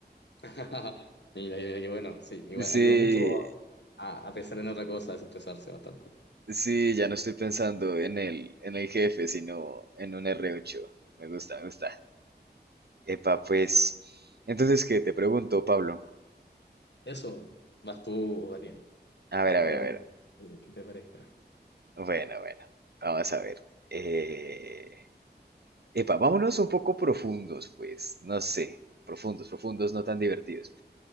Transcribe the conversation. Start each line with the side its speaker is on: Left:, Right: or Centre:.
Left: <laughs> Mira, mira, que bueno, sí, igual
Right: <laughs> Sí,
Left: ayuda mucho a, a pensar en otra cosa, a desestresarse bastante.
Right: Sí, ya no estoy pensando en el, en el jefe, sino en un R8. Me gusta, me gusta. Epa, pues. Entonces, ¿qué te pregunto, Pablo?
Left: Eso, más tú, Daniel.
Right: A
Left: Busca
Right: ver, a ver,
Left: una
Right: a ver.
Left: que que te parezca.
Right: Bueno, bueno. Vamos a ver. Eh, Epa, vámonos un poco profundos, pues. No sé. Profundos, profundos, no tan divertidos.